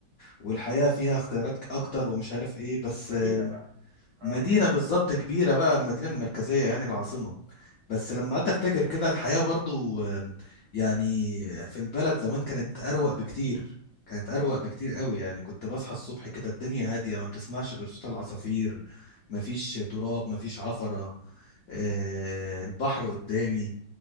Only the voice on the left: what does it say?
والحياة فيها اختيارات اكتر ومش عارف ايه بس
آه،
مدينة
بالظبط كبيرة بقى المدينة المركزية يعني العاصمة بس لما
قعدت افتكر كده الحياة برضو آم، يعني في البلد زمان كانت اروق بكتير كانت اروق بكتير قوي يعني كنت بصحى الصبح كده الدنيا هادية ما بتسمعش غير صوت العصافير مفيش تراب
مفيش عفرة آه، البحر قدامي